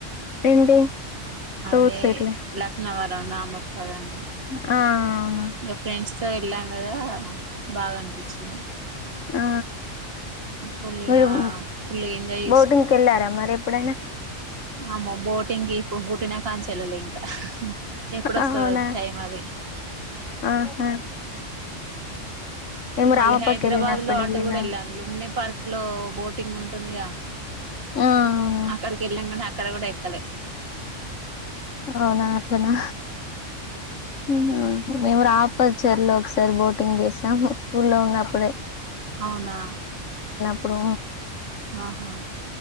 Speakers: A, on the left; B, on the right.
A: ఏంటి టూర్స్
B: అవే
A: ఇట్లా
B: లక్నవరం రామప్ప అని
A: ఆ అవును
B: ఇగ ఫ్రెండ్స్ తో వెళ్ళాం కదా బాగా అనిపిచ్చింది
A: ఆ
B: ఫుల్గా
A: మీరు
B: ఫుల్గా ఎంజాయ్
A: బోటింగ్కి వెళ్ళారా మరి ఎప్పుడైనా
B: అమ బోటింగ్ ఇప్పుడు పుట్టిన కానుంచి వెళ్ళలే ఇంకా ఎప్పుడోస్తదో
A: అవునా
B: టైం అది
A: ఆహా మేము
B: మళ్ళీ
A: రామప్పకి
B: హైదరాబాద్
A: వెళ్ళినప్పుడు
B: లో ఆటో
A: వెళ్ళినాం
B: కూడ వెళ్ళాను లుమ్ని పార్క్ లో బోటింగ్ ఉంటుందిగ
A: ఆ అవును
B: అక్కడికి వెళ్ళాం కనీ అక్కడ కూడ ఎక్కలే
A: అవునా అట్లనా మేము <unintelligible> చర్ లో ఒకసారి బోటింగ్ చేసం స్కూ లో ఉన్నప్పుడే
B: అవునా
A: అప్పుడు
B: ఆహా